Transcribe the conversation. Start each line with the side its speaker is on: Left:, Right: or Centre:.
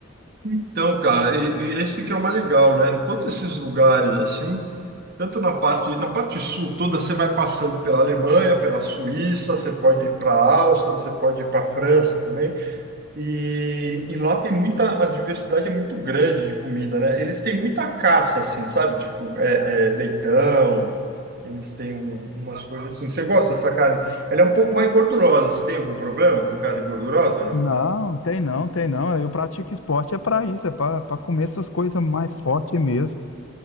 Right: Então, cara, e, e esse que é o mais legal, né? Em todos esses lugares assim, tanto na parte, na parte sul toda, você vai passando pela Alemanha, pela Suíça, você pode ir para a Áustria, você pode ir para a França também. E, e lá tem muita, a diversidade é muito grande de comida, né? Eles têm muita caça, assim, sabe? Tipo, é, é, leitão, eles têm um- umas coisas assim. Você gosta dessa carne? Ela é um pouco mais gordurosa. Você tem algum problema com carne gordurosa, não?
Left: Não, tem não, tem não. Eu pratico esporte é para isso, é para comer essas coisas mais fortes mesmo.